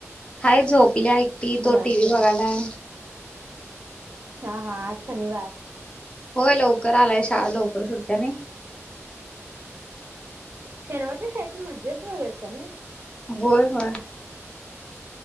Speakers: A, on the left (about 20°); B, on the right (about 50°).
A: हाय झोपल्या एकटी
B: बर
A: तो टी व्ही बघायलाय.
B: हा हा आज शनिवार.
A: होय लवकर आलाय शाळा लवकर सुटत नाही.
B: शनिवारच्या शाळेची मजाच वेगळी असतय नाय.
A: होय होय.